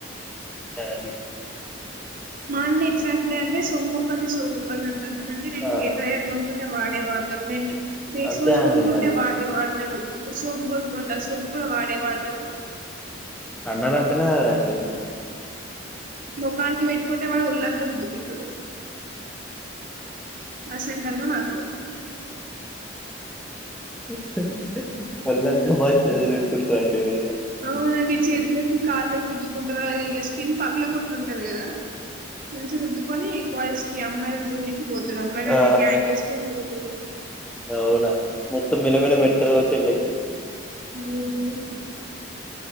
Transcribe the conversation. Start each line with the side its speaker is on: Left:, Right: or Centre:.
Centre: అ
Right: మా అన్న ఎట్లాంటే అంటే సొమ్మొకరిది సోకొకరిది అంటారు చూడండి నేను
Centre: ఆ
Right: హెయిర్ డ్రాయేర్ కొనుక్కుంటే వ డే వాడుతాడు నేను ఫేస్
Centre: అంతే
Right: వాష్
Centre: అండి
Right: కొనుక్కుంటే
Centre: మరి
Right: వాడే వాడతాడు ఇప్పుడు సోప్ కొనుకుంటా ఆ సోప్ కూడా వాడే వాడతాడు
Centre: అన్నలు అంటేనే అదండి
Right: కానికి పెట్టుకుంటే వాడు ఒళ్లంతా రుద్దుకుంటాడు అసంటి అన్న నాకు
Centre: <unintelligible> ఒళ్ళంతా మస్తు ఎదురెట్టుకుంటారండి ఎవరైనా
Right: అవునండి చేతులకి కాళ్ళకి రుద్దు కుంటారు ఇలా స్కిన్ పగలుకుంటుంటది కదా మంచి రుద్దు కొని కాలేజ్ కి అమ్మాయిలని జునికి పోతాడు అమ్మాయిలనే
Centre: ఆ
Right: గ్యాంగ్ ఏసుకుని తిరుగు
Centre: అవునా మొత్తం మిలమిళ మెరుత్తాడు గవచ్చు ఎండకి
Right: మ్మ్మ్